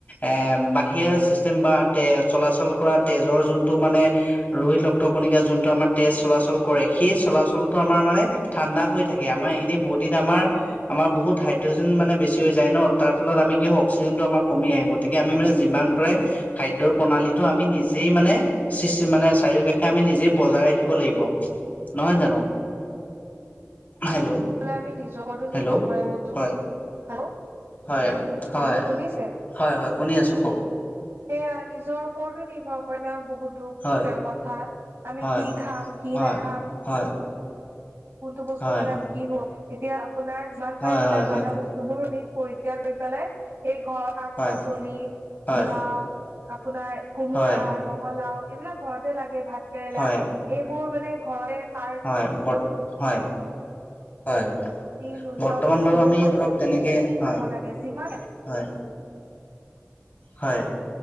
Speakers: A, on the left; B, on the right.
A: এ বাহিৰা চিচতেম বা তে চলাচল কৰাত তেজৰ যোনটো মানে ৰোহিত ৰক্ত কণিকা, যোনটো আমাৰ তেজ চলাচল কৰে, সেই চলাচলটো আমাৰ ঠান্ডা হৈ থাকে, আমাৰ এনে বডিত আমাৰ আমাৰ বহুত হাইড্ৰজেন মানে বেছি হৈ যায় ন। তাৰ ফলত আমাৰ কি হয়? অক্সিজেনটো আমাৰ কমি আহে। গতিকে আমি যিমান পাৰে খাদ্যৰ প্ৰণালীটো আমি নিজে নিজেই মানে মানে চাৰিও কষে আমি নিজে বজাই ৰাখিব লাগিব। নহয় জানো? হেল্ল'
B: লে আমি নিজৰ ওপৰতো
A: হেল্ল'
B: নিৰ্ভৰ কৰে বহুতো।
A: হয়
B: হেল্ল,
A: হয় হয়
B: হেল্ল' শুনিছে
A: হয় হয় শুনি আছোঁ কওঁক।
B: সেয়া নিজৰ ওপৰতো নিৰ্ভৰ কৰে, আমাৰ বহুতো
A: হয়
B: কথা আমি
A: হয়
B: কি খাম? কি
A: হয়
B: নাখাম?
A: হয়।
B: কোনটো বস্তু
A: হয়
B: খালে আমি কি হব? এতিয়া আপোনাৰ যিমান
A: হয়
B: পাৰি এইবিলাক
A: হয়
B: বাহিৰা
A: হয়
B: বস্তুবোৰ আমি পৰিত্যাগ কৰি পেলাই এই ঘৰৰ শাক
A: হয়
B: -পাচলি,
A: হয়
B: লাওঁ আপোনাৰ কোমোৰা,
A: হয় হয়
B: ৰঙালাওৰ এইবিলাক ঘৰতে লাগে, ভাত কেৰেলা
A: হয় হয় হয়
B: এইবোৰ মানে ঘৰতে সাৰ
A: হয় ব হয় হয়।
B: দি নোলোৱা
A: বৰ্তমান
B: বস্তুবোৰ
A: বাৰু আমি ধৰক তেনেকে
B: খাব
A: হয়
B: লাগে যিমান
A: হয়। হয়।